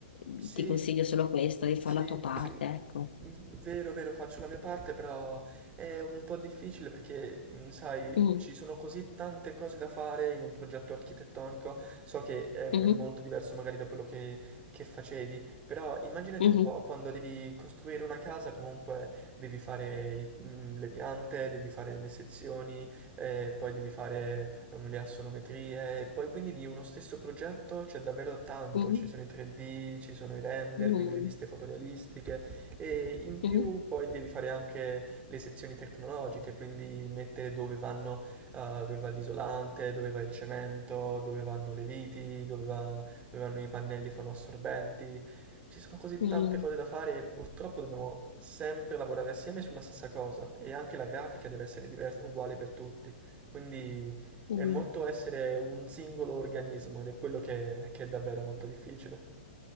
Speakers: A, on the left; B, on the right.
A: mm,
B: Sì,
A: ti consiglio solo questo, di fare
B: sì,
A: la tua parte,
B: sì.
A: ecco.
B: Vero, vero, faccio la mia parte, però è un po' difficile perché, mh, sai,
A: Mm,
B: ci sono così tante cose da fare in un progetto architettonico. So che è,
A: mhm,
B: è molto diverso magari da quello che, che facevi, però immaginati
A: mhm,
B: un po', quando devi costruire una casa, comunque devi fare i- mh, le piante, devi fare le sezioni, eh, poi devi fare ehm, le assonometrie, e poi quindi di uno stesso progetto c'è davvero tanto,
A: mhm,
B: ci sono i 3D, ci sono i render,
A: mhm,
B: quindi le viste fotorealistiche e in più
A: mhm,
B: poi devi fare anche le sezioni tecnologiche, quindi mettere dove vanno, eh, dove va l'isolante, dove va il cemento, dove vanno le viti, dove va- dove vanno i pannelli fonoassorbenti ci sono così
A: mhm,
B: tante cose da fare e purtroppo dobbiamo sempre lavorare assieme sulla stessa cosa e anche la grafica deve essere divers- uguale per tutti, quindi
A: mhm.
B: è molto essere un singolo organismo ed è quello che, che è davvero molto difficile.